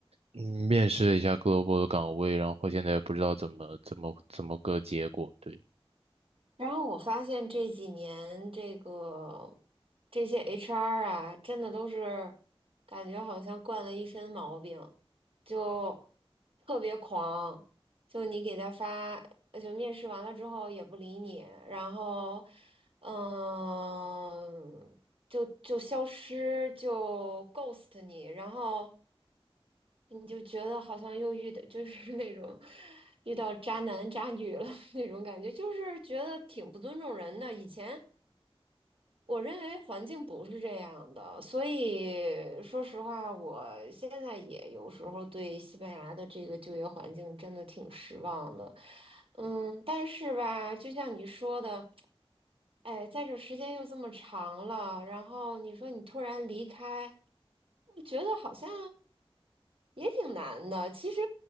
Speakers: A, on the right (about 80°); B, on the right (about 60°).
A: 嗯面试了一下 Global 的岗位，然后现在也不知道怎么怎么怎么个结果，对。
B: 然后我发现这几年这个这些 HR 啊，真的都是感觉好像惯了一身毛病，就特别狂，就你给他发，呃就面试完了之后也不理你，然后嗯。就就消失，就 ghost 你，然后你就觉得好像又遇到就是那种遇到渣男渣女了 <laughs> 那种感觉，就是觉得挺不尊重人的。以前我认为环境不是这样的，所以说实话，我现在也有时候对西班牙的这个就业环境真的挺失望的。嗯，但是吧，就像你说的，哎，在这时间又这么长了，然后你说你突然离开，我觉得好像也挺难的。其实，